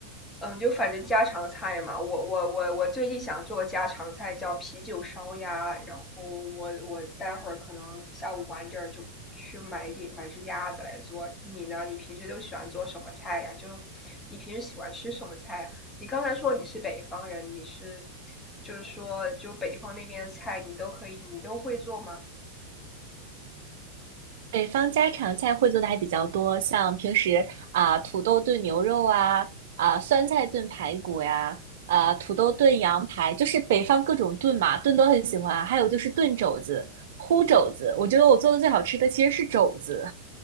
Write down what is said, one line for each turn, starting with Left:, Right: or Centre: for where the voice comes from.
Left: 嗯，就反正家常菜嘛，我我我我最近想做家常菜，叫啤酒烧鸭。然后我我待会儿可能下午晚点儿就去买点买只鸭子来做。你呢？你平时都喜欢做什么菜呀？就你平时喜欢吃什么菜呀？你刚才说你是北方人，你是就是说就北方那边的菜你都可以，你都会做吗？
Right: 北方家常菜会做的还比较多，像平时啊、土豆炖牛肉啊，啊、酸菜炖排骨呀，啊、土豆炖羊排，就是北方各种炖嘛，炖都很喜欢啊。还有就是炖肘子、烀肘子，我觉得我做的最好吃的其实是肘子。